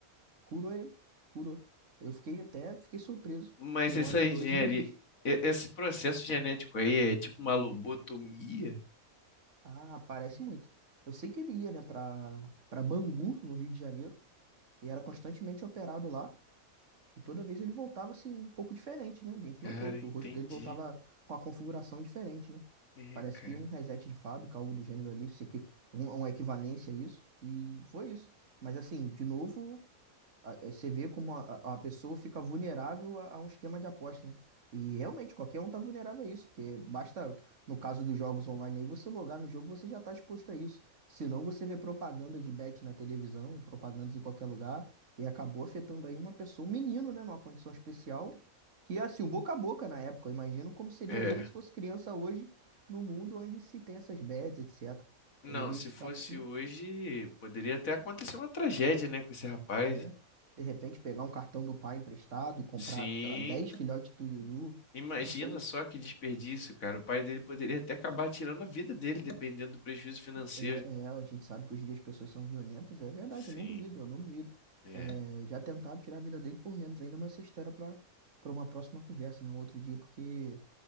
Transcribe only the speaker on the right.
curou ele. Curou. Eu fiquei até, fiquei surpreso.
Quem
olha ele
hoje não diz.
Ah, parece muito. Eu sei que ele ia, né, para para Bangu, no Rio de Janeiro, e era constantemente operado lá. E toda vez ele voltava assim, um pouco diferente, né? A gente
notou que
o rosto dele voltava com a configuração diferente, né?
Parece
que um reset de fábrica, algo do gênero ali, isso aqui, um- uma equivalência a isso. E foi isso. Mas assim, de novo a- é, Você vê como a, a a pessoa fica vulnerável a, a um esquema de aposta, né? E realmente qualquer um tá vulnerável a isso, porque basta, no caso dos jogos online aí, você logar no jogo, você já tá exposto a isso. Senão você vê propagandas de bet na televisão, propagandas em qualquer lugar, e acabou afetando aí uma pessoa, um menino, né, numa condição especial, que assim, o boca a boca na época, eu imagino como seria
ele se fosse criança hoje, no mundo onde se tem essas bets, etc.
Ele
fica,
acho que
É, de repente pegar um cartão do pai emprestado e comprar,
sei lá, 10 filhotes do Yuyu,
não sei.
É, é, a gente sabe que hoje em dia as pessoas são violentas, é verdade,
eu não duvido, eu não duvido.
É, já tentaram tirar a vida dele por menos ainda, mas isso era para para uma próxima conversa, né? Um outro dia, porque